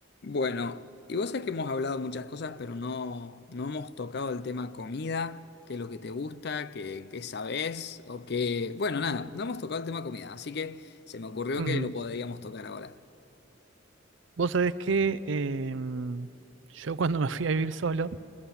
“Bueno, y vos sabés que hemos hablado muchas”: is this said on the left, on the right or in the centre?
Left